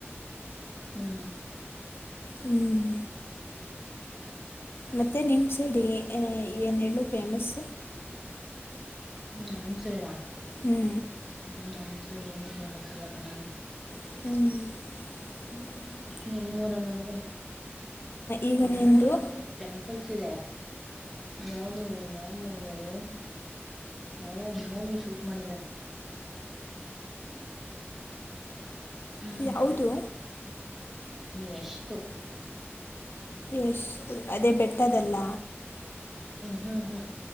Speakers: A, in the centre; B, on the left.
A: ಹ್ಮ
B: ಹ್ಮ್ ಮತ್ತೆ ನಿಮ್ಮಸೆಡಿ ಏನು ಹೇಳು ಫೇಮಸ್
A: ಹ್ಮ ನಮ್ ಸೇಡಾ
B: ಹ್ಞೂ
A: ಹ್ಮ್ ನಮ್ಸಡ್ ಏನು ಫೇಮಸ್ ಇಲ್ಲ ಕಣನು
B: ಹ
A: ನಿಮ್ಮ್ ಊರಲ್ಲಂದ್ರೆ
B: ಈಗ
A: ನಮ್ಮೂರಲ್ಲೂ
B: ನಿನ್ನದು
A: ಟೆಂಪಲ್ಸ್ ಇದೆ ಇ ಯಾವ್ದ ಯಾವ ಮೂವಿ ಅದು ಯಾವದೋ ಒಂದು ಮೂವಿ ಶೂಟ್ ಮಾಡಿದ್ದಾರೆ ಹ ನಮ್
B: ಯಾವುದು
A: ಕಡೆ ಯಸ್ದು
B: ಎಷ್ಟು ಅದೇ ಬೆಟ್ಟದಲ್ಲ
A: ಹಾ ಹಹ